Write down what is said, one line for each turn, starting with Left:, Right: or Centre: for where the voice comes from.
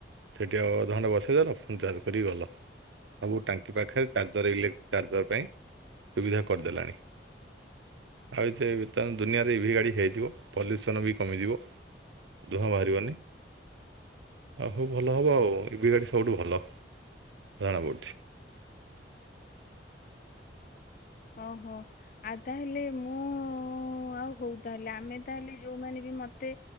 Right: ସେଇଠି ଆଉ ଧଣ୍ଡା ବସେଇଦଲ ପୁ ଚାଜ କର ଗଲ ସବୁ ଟାଙ୍କି ପାଖରେ ଚାର୍ଜର ଇଲେକ୍ଟ୍ରିକ୍ ଚାର୍ଜର୍ ପାଇଁ ସୁବିଧା କରିଦେଲାଣି। ଆଉ ସେ ତେୁ ଦୁନିଆରେ ଇଭି ଗାଡ଼ି ହୋଇଇଯଥିବ ପଲ୍ୟୁସନ୍ ବି କମିଯିବ ଦୁହଁ ବାହାରିବନି ଆ ହୋଉ ଭଲ ହବ ଆଉ ଇବି ଗାଡ଼ି ସବୁଠୁ ଭଲ ଜଣାପଡ଼ୁଛି।
Left: ଓହୋ ଆଉ ତାହେଲେ ମୁଁ ଉ ଆଉ ହୋଉ ତାହେଲେ ଆମେ ତାହେଲେ ଯୋଉମାନେ ବି ମତେ